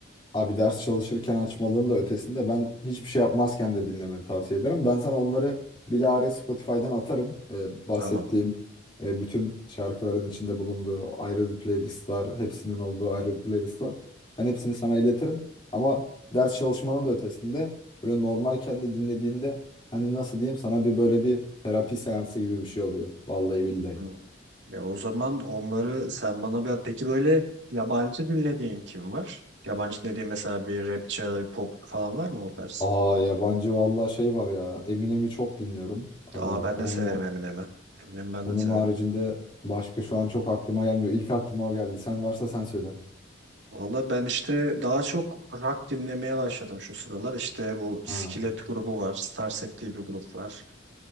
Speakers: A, on the left (about 25°); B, on the right (about 75°).
A: Abi ders çalışırken açmalığın da ötesinde ben hiçbir şey yapmazken de dinlemeni tavsiye ederim. Ben sana onları bilahare Spotify'dan atarım. Ee, bahsettiğim
B: Tamam.
A: e, bütün şarkıların içinde bulunduğu ayrı bir playlist var. Hepsinin olduğu ayrı bir playlist var. Ben hepsini sana iletirim. Ama ders çalışmanın da ötesinde böyle normal kendi dinlediğinde hani nasıl diyeyim sana bir böyle bir terapi seansı gibi bir şey oluyor. Vallahi billahi.
B: Hmm. Ya o zaman onları sen bana bir at. Peki böyle yabancı dinlediğin kim var? Yabancı dediğin mesela bir rapçi ya da bir pop falan var mı o tarz?
A: Aa yabancı vallahi şey var ya. Eminem'i çok dinliyorum. Aa,
B: Aa ben
A: onu
B: de severim Eminem'i. Eminem'i ben
A: Bunun
B: de severim.
A: haricinde başka şu an çok aklıma gelmiyor. İlk aklıma o geldi. Sen varsa sen söyle.
B: Valla ben işte daha çok rock dinlemeye başladım şu sıralar. İşte bu Skillet
A: Ha.
B: grubu var. Starset diye bir grup var.